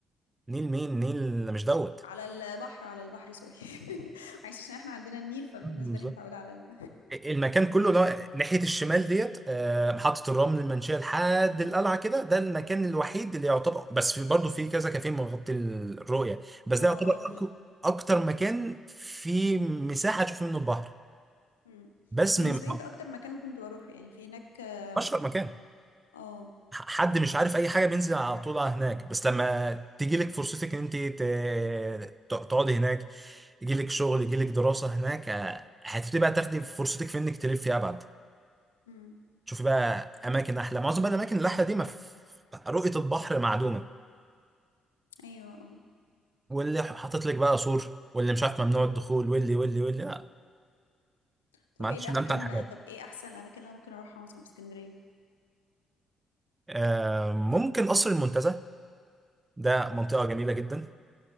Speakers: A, on the right; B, on the left.
A: نيل مين نيل مش دوت
B: على البحر على البحر سوري <laughs> عايش عشان احنا عندنا النيل فبالنسبة
A: بالظبط
B: لي متعودة على ال...
A: المكان كله ده ناحية الشمال ديت آه، محطة الرمل المنشية لحد القلعة كده ده المكان الوحيد اللي يعتبر بس في برضه في كذا كافيه مغطي الرؤية بس
B: اه
A: ده يعتبر
B: اه في
A: أك- أكتر مكان فيه مساحة تشوف منه البحر
B: مم.
A: بس
B: بالنسبة
A: من
B: لي ده اكتر مكان كنت بروحه يعني في هناك آم،
A: أشهر مكان
B: اه
A: حد مش عارف اي حاجه بينزل على طول على هناك بس لما تيجي لك فرصتك ان انت ت- ت- تقعدي هناك يجي لك شغل يجي لك دراسه هناك آه، هتبتدي بقى تاخدي فرصتك في انك تلفي ابعد
B: مم.
A: تشوفي بقى اماكن احلى معظم بقى الاماكن الاحلى دي ما في- رؤيه البحر معدومه
B: ايوه اه
A: واللي حاطط لك بقى سور واللي مش عارف ممنوع الدخول واللي واللي واللي لا
B: طب
A: ما عادش
B: ايه الاماكن
A: من امتع الحاجات
B: طب ايه احسن الاماكن اللي انا ممكن اروحها مثلا في اسكندرية
A: آه، ممكن قصر المنتزه ده منطقه جميله جدا